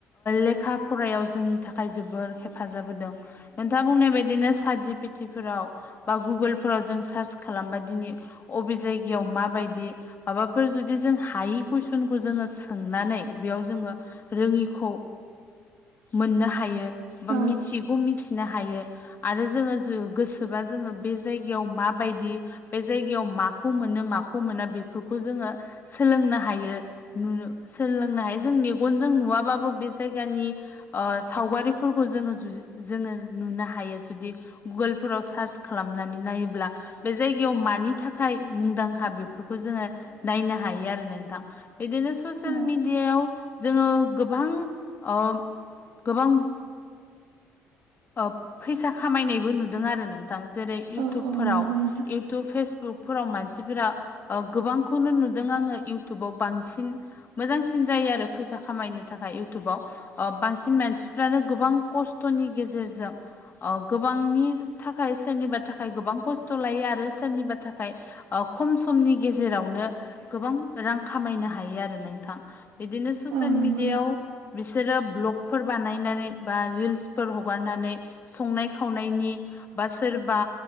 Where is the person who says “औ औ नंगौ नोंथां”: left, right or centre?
Right